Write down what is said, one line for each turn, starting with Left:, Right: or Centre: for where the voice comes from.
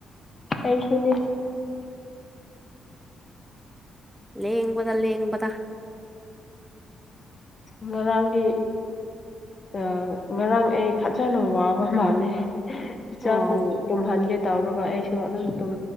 Left: ꯑꯩꯁꯨꯅꯤ
Centre: ꯂꯦ ꯌꯦꯡꯕꯗ ꯂꯩꯦ ꯌꯦꯡꯕꯗ
Left: ꯉꯣꯏꯔꯥꯡꯒꯤ ꯑ ꯉꯔꯥꯡ ꯑꯩ ꯐꯖꯅ ꯋꯥꯕ ꯃꯥꯂꯦ ꯏꯆꯥꯕꯨ
Centre: ꯑꯣ
Left: ꯇꯨꯝꯍꯟꯒꯦ ꯇꯧꯔꯒ ꯑꯩꯁꯨ ꯑꯗꯨꯝꯨꯝ